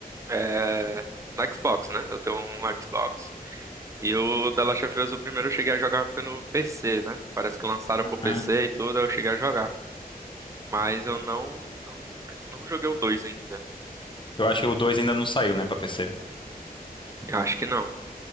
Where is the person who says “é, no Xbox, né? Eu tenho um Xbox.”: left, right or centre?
Right